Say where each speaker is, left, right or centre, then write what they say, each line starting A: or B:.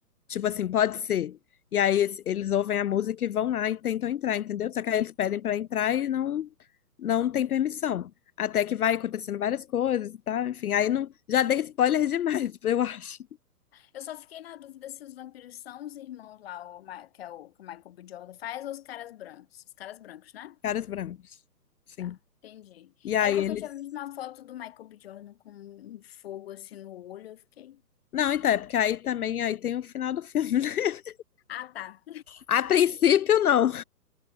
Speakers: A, on the left (about 65°); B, on the left (about 35°).
A: Tipo assim, pode ser. E aí es- eles ouvem a música e vão lá e tentam entrar, entendeu? Só que aí eles pedem para entrar e não não tem permissão. Até que vai acontecendo várias coisas e tal, enfim. Aí não, já dei spoiler demais, <laughs> eu acho.
B: Eu só fiquei na dúvida se os vampiros são os irmãos lá, o Ma- que é o que o Michael B. Jordan faz, ou os caras brancos. Os caras brancos, né?
A: Caras brancos. Sim.
B: Tá, entendi.
A: E aí
B: Aí porque
A: eles.
B: eu tinha visto uma foto do Michael B. Jordan com um fogo assim no olho, eu fiquei.
A: Não, então, é porque aí também aí tem o final do filme, né? <laughs>
B: Ah, tá.
A: A princípio, não.